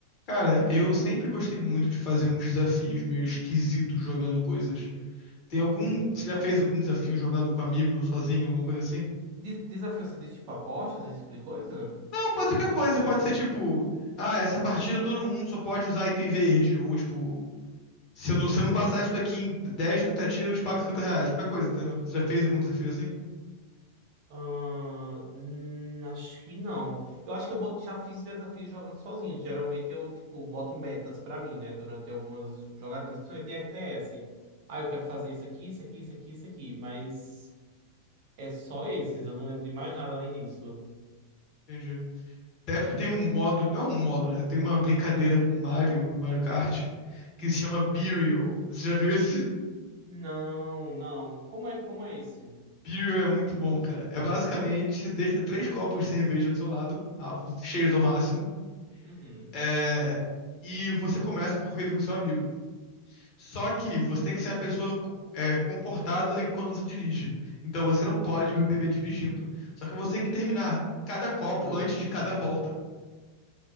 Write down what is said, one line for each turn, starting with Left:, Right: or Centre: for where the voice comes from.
Left: Cara, eu sempre gostei muito de fazer uns desafios meio esquisitos jogando coisas. Tem algum.
Right: Hum.
Left: Você já fez algum desafio jogando com amigos ou sozinho, alguma coisa assim?
Right: De- desafio, você diz tipo apostas, esse tipo de coisa?
Left: Não, pode ser qualquer coisa. Pode ser tipo, ah, essa partida todo mundo só pode usar item verde. Ou tipo, se eu não, se eu não passar isso daqui em 10 tentativas, eu te pago 50 reais. Qualquer coisa, entendeu? Você já fez algum desafio assim?
Right: Ah, hum, acho que não. Eu acho que eu bot- já fiz desafio jogando sozinho. Geralmente eu, tipo, boto metas pra mim, né? Durante algumas jogatinas, principalmente de RTS. Ah, eu quero fazer isso aqui, isso aqui, isso aqui, isso aqui. Mas é só esses, eu não lembro de mais nada além disso.
Left: Entendi. Até porque tem um modo. Não é um modo, né? Tem uma brincadeira com o Mario, Mario Kart, que se chama Burial. Você já viu isso?
Right: Não, não. Como é, como é esse?
Left: Beer é muito bom, cara. É basicamente, você deixa três copos de cerveja do seu lado, ah, cheios ao máximo,
Right: Uhum.
Left: é, e você começa por corrida com seu amigo. Só que você tem que ser uma pessoa é, comportada enquanto você dirige. Então você não pode be- beber dirigindo. Só que você tem que terminar cada copo
Right: Ah,
Left: antes
Right: não.
Left: de cada volta.